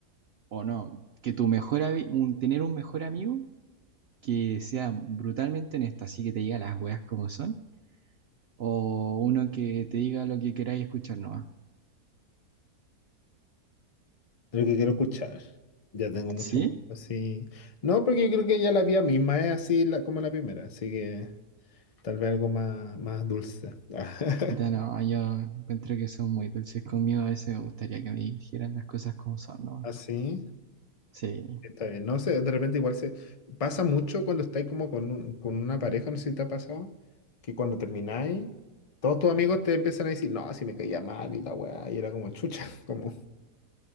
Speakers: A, on the right (about 70°); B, on the left (about 50°).
A: o no, que tu mejor ami- un, tener un mejor amigo que sea brutalmente honesto, así que te diga las weas como son, o uno que te diga lo que queráis escuchar nomás.
B: Lo que quiero escuchar. Ya tengo mucho
A: ¿Sí?
B: más así. No, porque yo creo que ya la vía misma es así la, como la primera. Así que tal vez algo más, más dulce. <laughs>
A: Puta, no, yo encuentro que son muy dulces conmigo, a veces me gustaría que me dijeran las cosas como son, ¿no?
B: Así.
A: Sí.
B: Está bien, no sé, de repente igual se pasa mucho cuando estáis como con, un- con una pareja, no sé si te ha pasado, que cuando termináis, todos tus amigos te empiezan a decir, no, si me caía mal y la weá, y era como chucha, <laughs> como,